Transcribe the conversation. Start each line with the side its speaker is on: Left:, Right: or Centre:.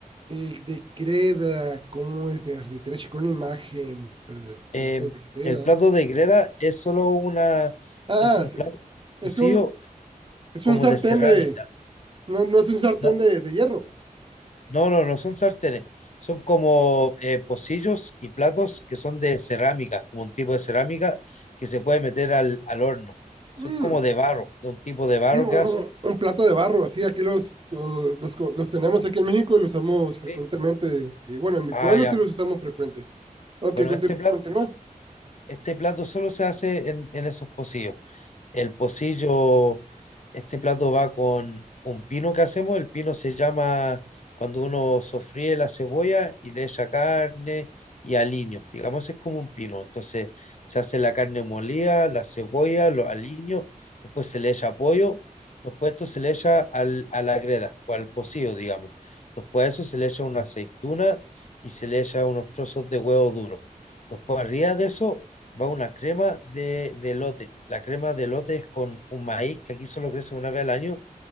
Right: Eh, de creda, ¿cómo es? de con imagen, pl-
Left: Eh,
Right: plato de creda.
Left: el plato de greda es solo una,
Right: Ah,
Left: es un
Right: es,
Left: plato
Right: es
Left: cocido
Right: un, es
Left: como
Right: un sartén
Left: de cerámica.
Right: de, no, no es un sartén
Left: No,
Right: de, de hierro.
Left: no, no, no son sartenes. Son como eh, pocillos y platos que son de cerámica, como un tipo de cerámica que se puede meter al, al horno. Son
Right: Mm.
Left: como de barro, de un tipo de barro
Right: Sí, un,
Left: que hacen.
Right: un plato de barro, así aquí los, uh, los, co- los tenemos aquí en México y los usamos frecuentemente.
Left: Sí.
Right: Y bueno, en mi
Left: Ah,
Right: pueblo
Left: ya.
Right: sí los usamos frecuente. Ok,
Left: Bueno,
Right: continu-
Left: este plato,
Right: continúa.
Left: este plato solo se hace en, en esos pocillos. El pocillo, este plato va con un pino que hacemos. El pino se llama cuando uno sofríe la cebolla y le echa carne y aliños. Digamos, es como un pino. Entonces se hace la carne molida, la cebolla, los aliños, después se le echa pollo, después esto se le echa al, a la greda o al pocillo, digamos. Después de eso se le echa una aceituna y se le echa unos trozos de huevo duro. Después arriba de eso va una crema de, de elote. La crema de elote es con un maíz que aquí solo crece una vez al año,